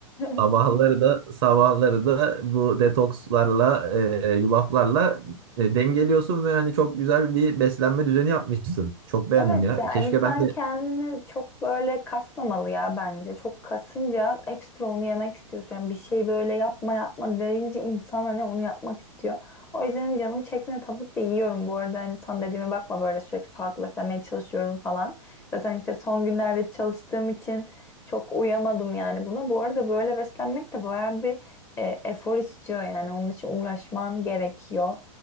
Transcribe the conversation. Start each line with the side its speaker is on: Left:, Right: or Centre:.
Right: Sabahları
Left: <laughs>
Right: da sabahları da bu detokslarla, e, yulaflarla e, dengeliyorsun ve hani çok güzel bir beslenme düzeni yapmışsın. Çok beğendim
Left: Evet
Right: ya.
Left: ya
Right: Keşke
Left: insan
Right: ben de
Left: kendini çok böyle kasmamalı ya bence. Çok kasınca ekstra onu yemek istiyorsun. Yani bir şey böyle yapma yapma deyince insan hani onu yapmak istiyor. O yüzden canım çektiğinde tabii ki de yiyorum bu arada. Hani sana dediğime bakma böyle sürekli sağlıklı beslenmeye çalışıyorum falan. Zaten işte son günlerde çalıştığım için çok uyamadım yani buna. Bu arada böyle beslenmek de bayağı bir e, efor istiyor yani. Onun için uğraşman gerekiyor.